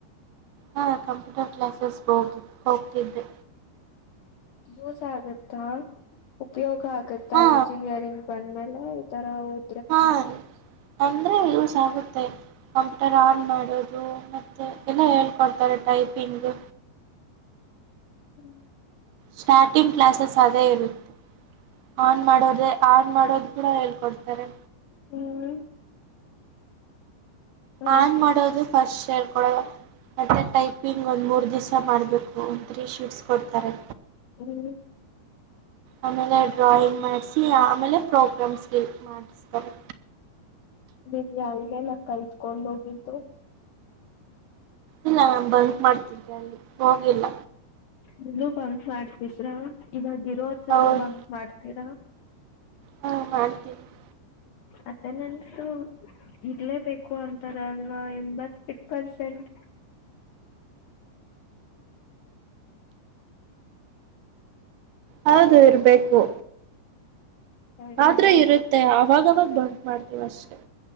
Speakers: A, on the right (about 75°); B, on the left (about 75°).
A: ಹಾ ಕಂಪ್ಯೂಟರ್ ಕ್ಲಾಸಸ್ ಹೋಗಿ ಹೋಗ್ತಿದ್ದೆ.
B: ಯೂಸ್ ಆಗುತ್ತಾ. ಉಪಯೋಗ ಆಗತ್ತಾ
A: ಹಾ
B: ಇಂಜಿನಿಯರಿಂಗ್ ಬಂದ್ಮೇಲ್ ಎಲ್ಲ ಈ ತರ ಓದ್
A: ಹಾ ಅಂದ್ರೆ ಯೂಸ್ ಆಗುತ್ತ ಇದ್ ಕಂಪ್ಯೂಟರ್ ಆನ್ ಮಾಡ್ ಓ ಮತ್ತೆ ಎಲ್ಲ ಹೇಳ್ಕೊಡ್ತಾರೆ ಟೈಪ್ ಟಿಂಗು.
B: ಹ್ಮ
A: ಸ್ಟಾರ್ಟಿಂಗ್ ಕ್ಲಾಸಸ್ ಅದೆ ಇರುತ್ತೆ ಆನ್ ಮಾಡೋದೇ ಆನ್ ಮಾಡೋದ್ ಕೂಡ ಹೇಳ್ಕೊಡ್ತಾರೆ.
B: ಹ್ಮ್. ಹ್ಮ್
A: ಆನ್ ಮಾಡೋದು ಫಸ್ಟ್ ಹೇಳ್ಕೊಡಲ್ಲ ಮತ್ತೆ ಟೈಪಿಂಗ್ ಒಂದ್ ಮೂರ್ ದಿವ್ಸ ಮಾಡಬೇಕು ಒಂದ್ ತ್ರೀ ಶೀಟ್ಸ್ ಕೊಡ್ತಾರೆ.
B: ಹ್ಮ್
A: ಆಮೇಲೆ ಡ್ರಾಯಿಂಗ್ ಮಾಡಿಸಿ ಆಮೇಲೆ ಪ್ರೋಗ್ರಾಮಿಂಗ್ ಮಾಡುಸ್ತಾರೆ.
B: ನೀವ್ ಯಾವ್ದೆಲ್ಲ ಕಲ್ತ್ಕೊಂಡ್ ಹೋಗಿದ್ದು.
A: ಇಲ್ಲಾಮ್. ಬಂಕ್ ಮಾಡ್ತಿದ್ದಲ್ಲಿ. ಹೋಗಿಲ್ಲ.
B: ನೀನು ಬಂಕ್ ಮಾಡ್ತಿದ್ರಾ ಇವತ್ ಇರವತ್ನ
A: ಹೌದು
B: ಬ ಮಾಡ್ತೀರಾ
A: ಹಾ ಮಾಡ್ತೀವಿಿ <inaudible>
B: ಅಟೆಂಡೆನ್ಸ್ ಇರ್ಲೇ ಬೇಕು ಅಂತಾರೆ ಅಲ್ವಾ <unintelligible>
A: ಹೌದು ಇರ್ಬೇಕು.
B: ಸರಿ
A: ಆದ್ರೆ
B: ಆಯ್ತು
A: ಇರುತ್ತೆ ಅವಾಗವಾಗ ಬಂಕ್ ಮಾಡ್ತೀವಿ ಅಷ್ಟೇ